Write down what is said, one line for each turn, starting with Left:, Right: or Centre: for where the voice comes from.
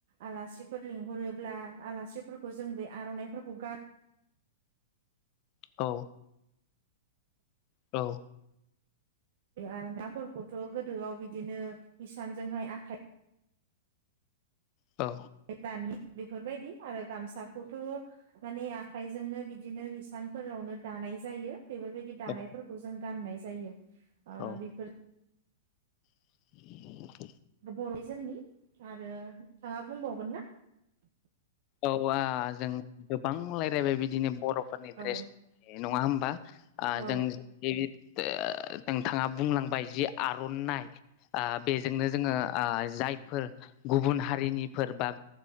Right: आलासिफोर लिंहरोब्ला आलासिफोरखौ जों बे आर'नाइफोरखौ गान
Left: औ औ
Right: आर'नाफोरखौथ' गोदोआव बिदिनो इसानजोंहाय आखाइ
Left: औ
Right: हाय दानि बेफोरबायदि आरो गामसाखौथ' माने आखायजोंनो बिदिनो हिसानफोरावनो दानाय जायो बेफोरबायदि दानायफोरखौ
Left: औ
Right: जों गाननाय जायो आ
Left: औ
Right: बेफोर
Left: <inaudible>
Right: बर'नि जोंनि आरो नोंथाङा बुंबावगोन ना।
Left: औ आ जों गोबां रायलायबाय बिदिनो बर'फोरनि ड्रेसनि
Right: औ
Left: नङा होमबा आ
Right: औ
Left: जों जिति नोंथाङा बुंलांबाय जि आर'नाइ ओ बेजोंनो जोङो जाय फोर गुबुन हारिनिफोर बा